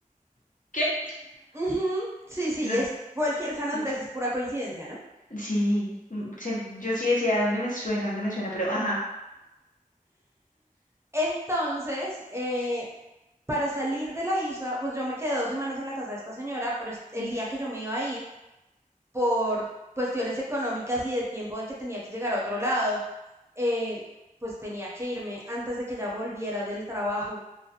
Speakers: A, on the left (about 65°); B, on the right (about 20°).
A: ¿Qué?
B: Ujú, Sí, sí,
A: no,
B: es cualquier
A: ok,
B: San Andrés, es pura coincidencia, ¿no?
A: sí. mm, se- yo sí decía dónde me suena, dónde me suena, pero ajá.
B: Entonces, eh, para salir de la isla, pues yo me quedé dos semanas en la casa de esta señora, pero el
A: Ujú,
B: día que yo me iba a ir, por cuestiones económicas y de tiempo de que tenía que llegar a otro lado, eh, pues tenía que irme antes de que ella volviera del trabajo